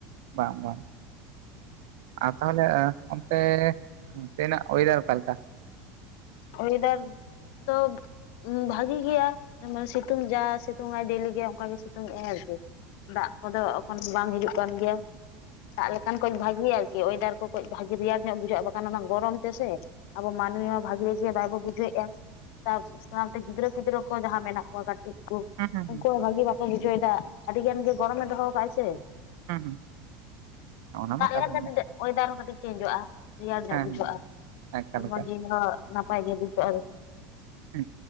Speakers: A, on the right; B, on the left.
A: ᱵᱟᱝ ᱵᱟᱝ ᱟᱨ ᱛᱟᱦᱚᱞᱮ ᱚᱱᱛᱮ ᱚᱱ ᱛᱮᱱᱟᱜ ᱚᱭᱮᱫᱟᱨᱼᱼ ᱟᱠᱟᱞᱮᱠᱟ?
B: ᱳᱭᱮᱫᱟᱨ ᱫᱚᱼᱼ ᱵᱷᱟᱜᱤ ᱜᱮᱭᱟ ᱥᱤᱛᱩᱝ ᱡᱟ ᱥᱤᱛᱩᱝ ᱰᱮᱞᱤ ᱜᱮ ᱚᱱᱠᱟ ᱜᱮ ᱥᱤᱛᱩᱝ ᱮ ᱟᱭ ᱟᱨᱠᱤ᱾ ᱫᱟᱜ ᱠᱚᱫᱚ ᱮᱠᱷᱚᱱ ᱵᱟᱝ ᱦᱤᱡᱩᱜ ᱠᱟᱱ ᱜᱮᱭᱟ᱾ ᱫᱟᱜ ᱞᱮᱠᱟᱱ ᱠᱚᱡ ᱵᱷᱟᱜᱮ ᱟᱨᱠᱤ ᱚᱭᱮᱫᱟᱨ ᱠᱚ ᱠᱟᱹᱡ ᱵᱷᱟᱜᱤ ᱨᱮᱭᱟᱲ ᱧᱚᱜ ᱵᱩᱡᱷᱟᱹᱜ ᱵᱟᱠᱷᱟᱱ ᱚᱱᱟ ᱜᱚᱨᱚᱢ ᱛᱮᱥᱮᱼᱼ ᱢᱟᱹᱱᱢᱤ ᱢᱟ ᱵᱷᱟᱜᱤᱜᱮ ᱵᱟᱭᱵᱚ ᱵᱩᱡᱷᱟᱹᱣᱮᱫᱼᱟ ᱛᱟᱨᱥᱟᱣᱛᱮ ᱜᱤᱫᱽᱨᱟᱹ ᱯᱤᱫᱽᱨᱟᱹ ᱠᱚ ᱡᱟᱦᱟᱸ ᱢᱮᱱᱟᱜᱼᱼ ᱠᱟᱹᱴᱤᱡ ᱠᱚ
A: ᱦᱩᱸ ᱦᱩᱸ
B: ᱩᱱᱠᱩ ᱵᱷᱟᱜᱤ ᱵᱟᱠᱚ ᱵᱩᱡᱷᱟᱹᱣᱮᱫᱟ ᱟᱹᱰᱤ ᱜᱟᱱ ᱜᱮ ᱜᱚᱨᱚᱢᱮ ᱫᱚᱦᱚ ᱟᱠᱟᱫᱟᱭ ᱥᱮ
A: ᱦᱩᱸ ᱦᱩᱸ ᱦᱩᱸ ᱚᱱᱟ ᱢᱟ
B: <unintelligible>
A: ᱠᱟᱛᱷᱟ ᱢᱮᱱᱟᱜ
B: ᱚᱭᱮᱫᱟᱨ ᱦᱚᱸ ᱠᱟᱹᱴᱤᱡ ᱪᱮᱧᱡᱚᱜᱼᱟ᱾ ᱨᱮᱭᱟᱲ ᱧᱚᱜ
A: ᱦᱮᱸ
B: ᱵᱩᱡᱷᱟᱹᱜᱼᱟ
A: ᱦᱮᱸ ᱮᱠᱟᱞ
B: ᱦᱚᱲᱢᱚ
A: ᱮᱠᱟᱞ
B: ᱡᱤᱭᱣᱤ ᱦᱚᱸ ᱱᱟᱯᱟᱭ ᱜᱮ ᱵᱩᱡᱷᱟᱹᱜᱼᱟ ᱟᱨᱼᱼ
A: ᱦᱮ